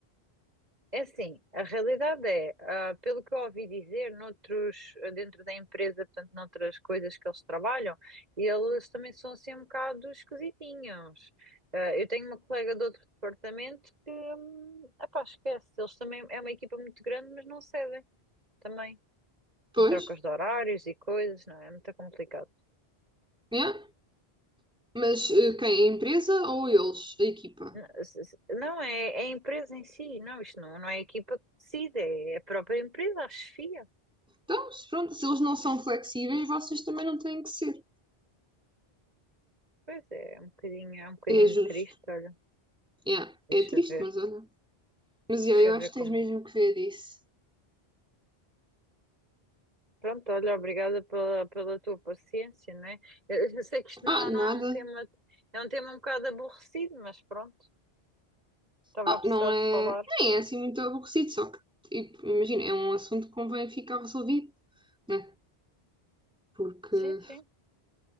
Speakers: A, on the right; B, in the centre.
A: É assim, a realidade é, ah, pelo que eu ouvi dizer, noutros, dentro da empresa, portanto, noutras coisas que eles trabalham, eles também são assim um bocado esquisitinhos. Ah, eu tenho uma colega de outro departamento que, hum, epá, esquece, eles também, é uma equipa muito grande, mas não cedem também,
B: Pois,
A: em trocas de horários e coisas, não é? É muito complicado.
B: é? Mas eh, quem? A empresa ou eles? A equipa?
A: Não, se- se- não, é, é a empresa em si, não, isto não, não é a equipa que decide, é a própria empresa, a chefia.
B: Então, se pronto, se eles não são flexíveis, vocês também não têm que ser.
A: Pois é, é um bocadinho, é um bocadinho
B: É justo.
A: triste, olha.
B: Yeah,
A: Deixa
B: É triste,
A: eu ver,
B: mas olha. Mas yeah,
A: deixa
B: eu
A: eu
B: acho
A: ver
B: que
A: como.
B: tens mesmo
A: é.
B: que ver isso.
A: Pronto, olha, obrigada pela, pela tua paciência, né? Eu, eu sei que isto
B: Ah,
A: não,
B: nada.
A: não é um tema, é um tema um bocado aborrecido, mas pronto, estava
B: Ah,
A: a precisar
B: não é.
A: de falar.
B: Nem é assim muito aborrecido, só que, tipo, imagina, é um assunto que convém ficar resolvido, né? Porque
A: Sim, sim,